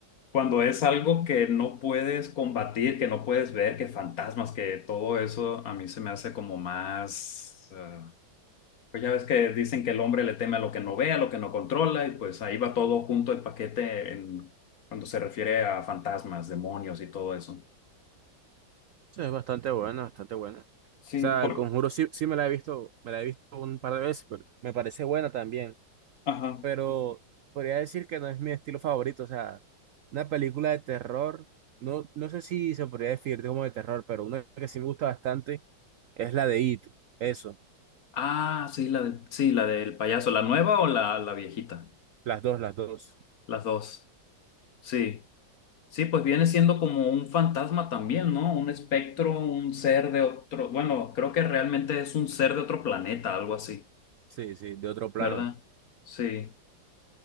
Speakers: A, on the left; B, on the right.
A: Cuando es algo que no puedes combatir, que no puedes ver, que fantasmas, que todo eso a mí se me hace como más... eh, pues ya ves que dicen que el hombre le teme a lo que no ve, a lo que no controla, y pues ahí va todo junto el paquete en, cuando se refiere a fantasmas, demonios y todo eso.
B: Eso es bastante buena, bastante buena. O
A: Sí,
B: sea,
A: por...
B: El Conjuro sí, sí me la he visto, me la he visto un par de veces, pero me parece buena también.
A: Ajá.
B: pero podría decir que no es mi estilo favorito. O sea, una película de terror, no, no sé si se podría definir como de terror, pero una que sí me gusta bastante es la de It. Eso,
A: Ah, sí, la del, sí, la del payaso, ¿la nueva o la, la viejita?
B: las dos, las dos.
A: Las dos. Sí. Sí, pues viene siendo como un fantasma también, ¿no? Un espectro, un ser de otro, bueno, creo que realmente es un ser de otro planeta, algo así,
B: Sí, sí, de otro plano.
A: ¿verdad? Sí,